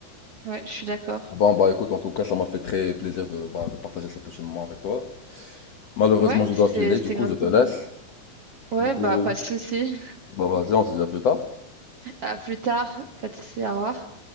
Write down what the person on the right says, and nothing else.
ouais, je suis d'accord.
Ouais,
c'est,
c'était
grave
cool.
Ouais,
bah, pas de souci.
<laughs> À plus tard. Pas de souci, au revoir.